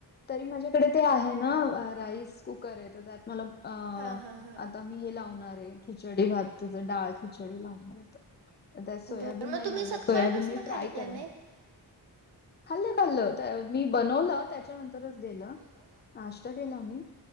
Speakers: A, on the left; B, on the right.
A: तरी माझ्याकडे ते आहे ना राईस. कुकर आहे तर त्यात मला. अ,
B: हा हा हा,
A: आता मी हे लावणार आहे खिचडी भात तुझं डाळ खिचडी लावणार आहे. त्यात सोयाबीन
B: बरं मग
A: नाही
B: तुम्ही
A: घालणार
B: सकाळपासून
A: सोयाबीन मी फ्राय
B: खाल्ला
A: करणारं.
B: नाहीत
A: खाल्लं खाल्लं मी बनवलं त्याच्यानंतरच दिलं.
B: स्वयंपाक.
A: नाष्ट्ता केला मी